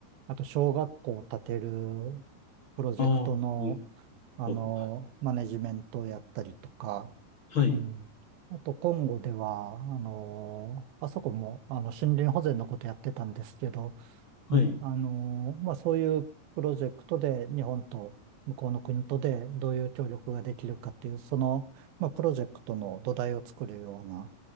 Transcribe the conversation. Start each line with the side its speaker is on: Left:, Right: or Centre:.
Right: あと小学校を建てるプロジェクトの、
Left: ああ、そういう
Right: あの、
Left: ことか。
Right: マネジメントをやったりとか、
Left: はい、
Right: うん。あと、コンゴでは、あの、あそこも、あの、森林保全のことやってたんですけど、
Left: はい、
Right: ね、あの、まあ、そういうプロジェクトで日本と向こうの国とでどういう協力ができるかっていう、その、まあ、プロジェクトの土台を作るような、